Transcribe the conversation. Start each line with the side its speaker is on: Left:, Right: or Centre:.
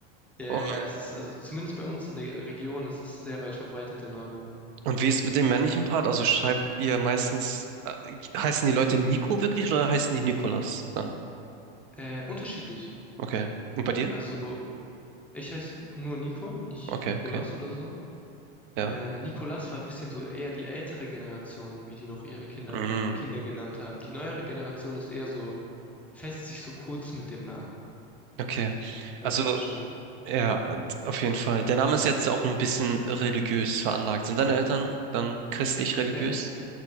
Centre: Ja, ja,
Right: Und,
Centre: ja, es ist, also zumindest bei uns in der Region ist es sehr weit verbreitet, der Name.
Right: und wie ist mit dem männlichen Part? Also schreibt ihr meistens, äh, heißen die Leute Nico wirklich oder heißen die Nikolas dann?
Centre: Äh, unterschiedlich.
Right: Okay. Und bei dir?
Centre: Also ich heiße nur Nico, nicht
Right: Okay,
Centre: Nikolas
Right: okay.
Centre: oder so.
Right: Ja.
Centre: Ähm, Nikolas war ein bisschen so eher die ältere Generation, wie die noch ihre Kinder,
Right: Mm,
Centre: Kinder genannt haben. Die neuere Generation ist eher so fässt sich so kurz mit dem Namen,
Right: okay.
Centre: wenn
Right: Also,
Centre: du verstehst.
Right: ja, auf jeden Fall. Der Name ist jetzt auch ein bisschen religiös veranlagt. Sind deine Eltern dann christlich religiös?
Centre: Äh,